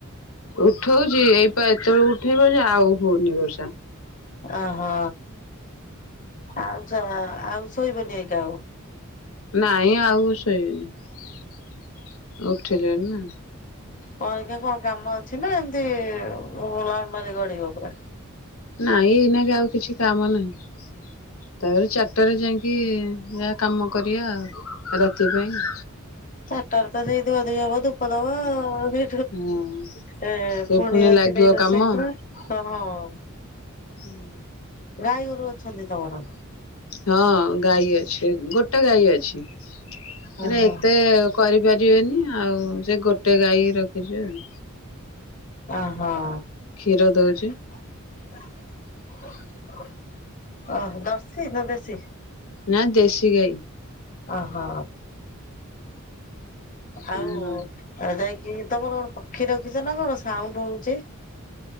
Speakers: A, on the left (about 80°); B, on the left (about 40°).
A: ଉଠଉଛି ଏଇପା ଏତେବେଳକୁ ଉଠେଇବ ଯେ ଆଉ ହଉନି ବର୍ଷା।
B: ଅ ହ ଆଉ ଆଉ ଶୋଇବନି ଏଇକା ଆଉ
A: ନାଇଁ ଆଉ ଶୋଇବିନି ଉଠିଲିଣି ନା।
B: କଣ ଏଇଖା କଣ କାମ ଅଛି ନା ଏମିତି ନର୍ମାଲି ଗଡିବ ପୁରା।
A: ନାଇଁ ଏଇନା ବି ଆଉ କିଛି କାମ ନାହିଁ। ତାପରେ ଚାରିଟାରେ ଯାଇକି ଯାହା କାମ କରିବା ଆଉ ରାତି ପାଇଁ।
B: ଚାରିଟାର ତ ସେଇ ଧୁଆଧୁଇ ହେବ ଧୂପ ଦବ ସେ
A: ହଁ
B: ଏ
A: ସେ
B: ପୁଣି ରାତି
A: ଲାଗିବ
B: ପାଇଁ ରୋଷେଇ
A: କାମ।
B: କର ହଁ।
A: ହୁଁ
B: ଗାଈଗୋରୁ ଅଛନ୍ତି ତମର?
A: ହଁ ଗାଈ ଅଛି ଗୋଟେ ଗାଈ ଅଛି ହେଲେ
B: ହଁ ହଁ।
A: ଏତେ କରିପାରିବେନି ଆଉ ସେ ଗୋଟେ ଗାଈ ରଖିଛି ଆଉ।
B: ଅ ହ ଓହୋ
A: କ୍ଷୀର ଦଉଛି
B: ଜର୍ସୀ ନା ଦେଶୀ?
A: ନା ଦେଶୀ ଗାଈ।
B: ଅ ହ। ଆଉ
A: ଆମର
B: ଯାଇକି ତମର କଣ ପକ୍ଷୀ ରଖିଛ ନା କଣ ସାଉଣ୍ଡ ହଉଛି।